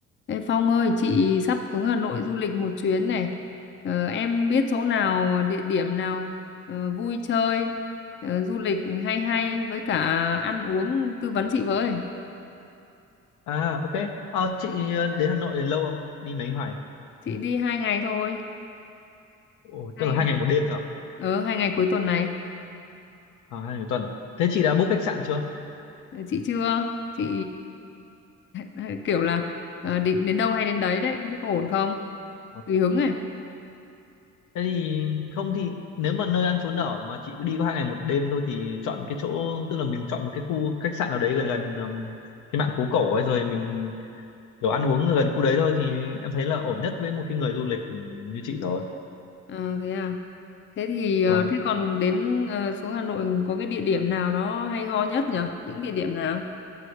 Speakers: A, on the left (about 40°); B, on the left (about 80°).
A: Ê Phong ơi, chị sắp xuống Hà Nội du lịch một chuyến này. Ờ, em biết chỗ nào, địa điểm nào ờ, vui chơi, ờ, du lịch hay hay với cả ăn uống tư vấn chị với.
B: À ok. Ờ, chị ờ, đến Hà Nội lâu không? Đi mấy ngày?
A: Chị đi hai ngày thôi,
B: Ồ,
A: hai
B: tức là
A: ngày,
B: hai ngày một đêm thôi à?
A: ờ, hai ngày cuối tuần này.
B: À hai ngày một tuần à? Thế chị đã book khách sạn chưa?
A: Ờ, Chị chưa, chị ờ, <laughs> kiểu là ờ, định đến đâu hay đến đấy đấy, không biết có ổn không?
B: Ờ.
A: Tùy hứng này.
B: Thế thì không thì nếu mà nơi ăn trốn ở mà chị cứ đi có hai ngày một đêm thôi thì chọn cái chỗ tức là mình chọn một cái khu khách sạn nào đấy gần gần ừm, cái mạn phố cổ ấy rồi mình kiểu ăn uống gần khu đấy thôi thì em thấy là ổn nhất với một cái người du lịch ừm, như chị rồi.
A: Ờ, thế à? Thế thì ờ,
B: Vâng.
A: thế còn đến ờ, xuống Hà Nội có cái địa điểm nào nó hay ho nhất nhỉ? Những địa điểm nào?